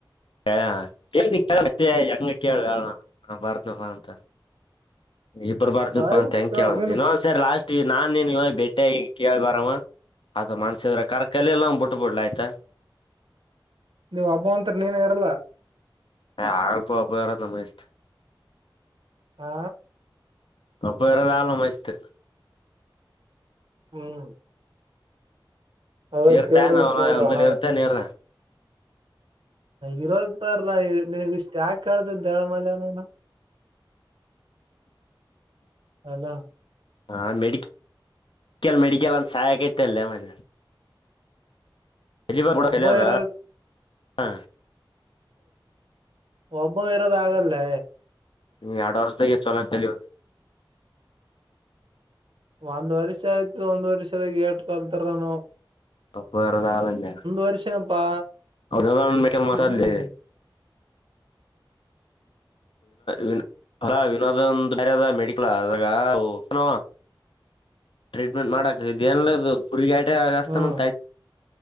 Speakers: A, on the left; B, on the right.
A: ಹ ಕೇಳ ಮ ಹೆಂಗ ಕೇಳ ಭಾರತಪ ಅಂತ ಇಬ್ರು ಬರ್್ದಪ್ಪಾ
B: ಮಾಡ್ಬಿಟ್ಟು
A: ಅ ಂಕ್ ಕೇಳಿ
B: ನೀನು
A: ಇೊ್ ಸರಿ ಲಾಸ್ಟ್ ನಾನ್ ನೀನ್ ಇ ಬೆಟ್ಟೆ ಕೇಳಿ ಬರವ ಆತ ಮನ್ಸಿದ್ರ ಕರಕಲೆ ಎಲ್ಲ ಬಿಟ್ಟ ಬಿಡ್ಲ ಆಯ್ತಾ
B: ನೀವ ಹಬ್ಬ ಅತ್ರಿ ನೀನ ಇರಲ್ಲ
A: ಆ ಅಲ್ಪ ಅಬ್ಬಾರ ನಮ್ಮ ಇಷ್ಟ
B: ಹಾ
A: ಅಪ್ಪ ವರದ ಆಳ ಮಸ್ತ್
B: ಹ್ಮ್ ಅದ
A: ನೀರ್ತೇ
B: ಕೇಳ್ರಿ
A: ನ
B: ತೋಗಿ
A: ಅವಲೆ
B: ಹಣ
A: ಇರ್ತೇ ನೀರ್
B: ಇರತಾರ ನೀವ ಇಷ್ಟ್ ಯಾಕ ಕೇಳ್ತದ ದಳ ಮಲ್ನನ ಅಲ್ಲ
A: ಹಾ ಮೆಡಿಕ ಮೆಡಿಕಲ್ ಮೆಡಿಕಲ್ ಅಂತ ಸಹಾಯಕೈತಲ್ಲೇ ಮತ್ತೆ ಹೆಜಿಬಾಬ ಕೂಡ
B: ಒಬ್ಬ
A: ಕಲಯದಾ
B: ಇರದ
A: ಹಾಂ
B: ಒಬ್ಬ ವಿರೋದ ಆಗಲ್ಲೇ
A: ನಿ ಅಡ್ವಷ ಚಲಲ್ಲಿ
B: ಒಂದ್ ವರ್ಷ ಆಯ್ತು ಒಂದ್ ವರ್ಷದಾಗ ಏಟ್ಕೊಲ್ತರನು
A: ಅ ವೇರ ತಾಳಲ್ಲ
B: ವರ್ಷನಪಾ
A: ಹೌದಲ್ಲ ನಬೇಕೇಕಲ್ಲ ಮಾತಾಡ್ಲಿ
B: ಹ್ಮ್
A: ವಿನ್ ಅಲ ವಿನೋದನ್ ಬದ ಮೆಡಿಕಲ್ ಆದಾಗನ ಟ್ರೀಟ್ಮೆಂಟ್ ಮಾಡಕಕ್ ಇದೇನದು ಹುರ್ಗ ಆಟ ಆಗಸ್ತಾನ
B: ಹ್ಮ್